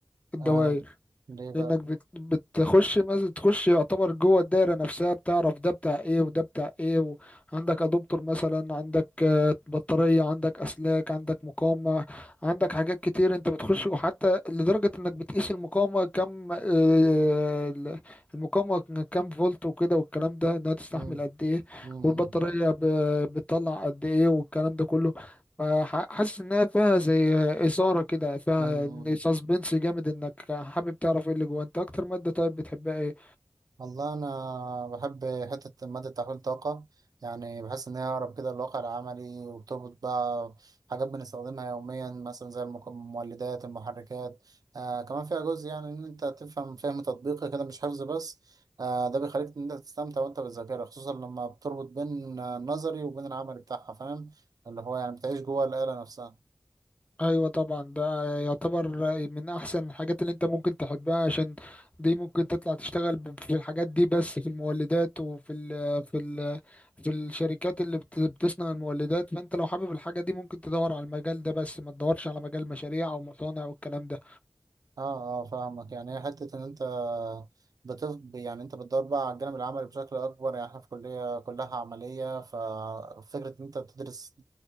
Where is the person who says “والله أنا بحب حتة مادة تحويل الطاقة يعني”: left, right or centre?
Right